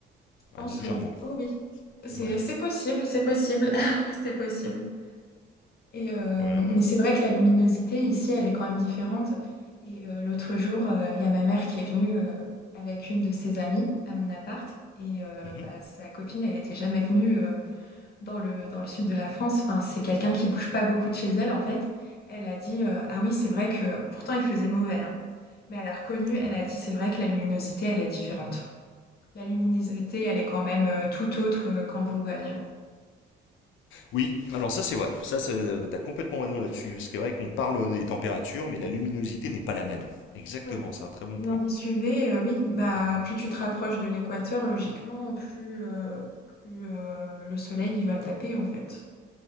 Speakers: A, on the left (about 50°); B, on the left (about 75°).
A: Je pense
B: ouais, légèrement.
A: oui, oui, oui. C'est
B: Ouais,
A: c'est possible, c'est possible, <laughs> c'est possible. Et euh,
B: voilà.
A: mais c'est vrai que la luminosité ici, elle est quand même différente. Et euh, l'autre jour, euh, il y a ma mère qui est venue. euh, avec une de ses amies à mon appart et euh,
B: Mhm,
A: bah, sa copine elle n'était jamais venue euh, dans le, dans le sud de la France. Enfin, c'est quelqu'un qui bouge pas beaucoup de chez elle, en fait. Elle a dit, euh, ah oui, c'est vrai que pourtant il faisait mauvais, hein. Mais elle a reconnu,
B: ouais.
A: elle a dit, c'est vrai que la luminosité, elle est différente. La luminosité, elle est quand même euh, tout autre euh, qu'en Bourgogne.
B: Oui, alors ça c'est vrai. Ça, ça euh, t'as complètement raison là-dessus. C'est vrai qu'on parle des températures, mais la luminosité n'est pas la même. Exactement,
A: Ouais.
B: c'est un très bon
A: L'indice
B: point.
A: UV, euh, oui, bah
B: Ouais.
A: plus tu te rapproches de l'équateur, logiquement, plus, euh, plus euh, le soleil il va taper, en fait.